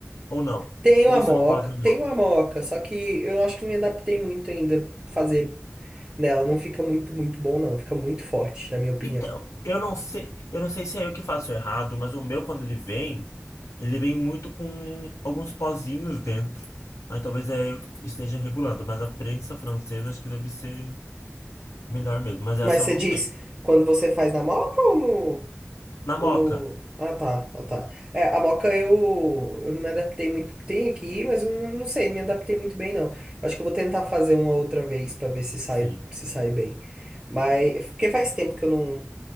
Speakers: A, on the left (about 80°); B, on the right (about 15°).
A: ou não?
B: Tenho
A: Ou você
B: a moca,
A: não gosta da moca?
B: tenho a moca, só que eu acho que não me adaptei muito ainda a fazer nela. Não fica muito, muito bom, não. Fica muito forte, na minha opinião.
A: Então, eu não sei, eu não sei se é eu que faço errado, mas o meu quando ele vem, ele vem muito com alguns pozinhos dentro. Aí talvez é eu que esteja regulando, mas a prensa francesa acho que deve ser melhor mesmo, mas essa
B: Mas você
A: eu não
B: diz,
A: tenho.
B: quando você faz na moca ou no,
A: Na
B: ou
A: moca?
B: no... Ah, tá, ah, tá. É, a moca eu, eu não me adaptei muito. Tem aqui, mas eu não, não sei, não me adaptei muito bem, não. Acho que eu vou tentar fazer uma outra vez pra ver se sai,
A: Sim,
B: se sai bem. Mas, porque faz tempo que eu não,